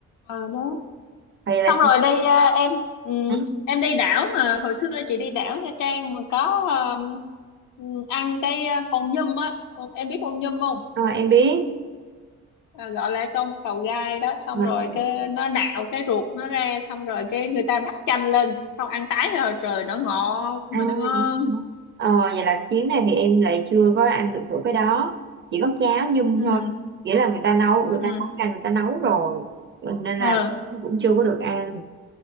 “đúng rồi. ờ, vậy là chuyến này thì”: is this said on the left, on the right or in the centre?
Right